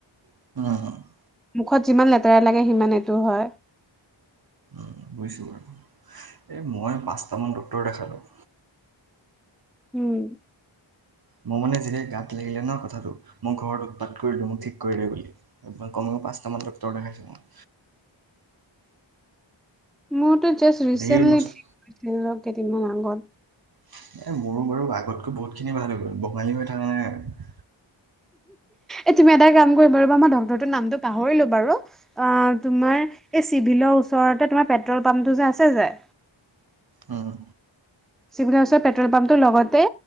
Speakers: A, on the right; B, in the centre.
A: উম
B: মুখত যিমান লেতেৰা লাগে সিমান এইটো হয়
A: উম বুজিছোঁ বাৰু এই মই পাঁচটামান ডক্টৰ দেখালো
B: উম
A: মই মানে যেতিয়া গাত লাগিলে ন কথাটো মোৰ ঘৰত উৎপাত কৰিলো মোক ঠিক কৰি লাগে বুলি মই কমেও পাঁচটা মান ডক্টৰ দেখাইছো মই
B: মোৰতো জাষ্ট ৰিচেণ্টলি
A: ধেৰ বস্তু
B: ঠিক কৰিছিলো কেইদিনমান আগত
A: এ মোৰো বাৰু আগতকৈ বহুত খিনি ভাল হৈ গ'ল বঙালী হৈ থকা নাই
B: এ তুমি এটা কাম কৰি বাৰু বা মই ডক্টৰটোৰ নামটো পাহৰিলো বাৰু আ তোমাৰ এই চিভিলৰ ওচৰতে তোমাৰ পেট্ৰল পাম্পটো যে আছে যে
A: উম
B: চিভিলৰ ওচৰত পেট্ৰল পাম্পটোৰ লগতে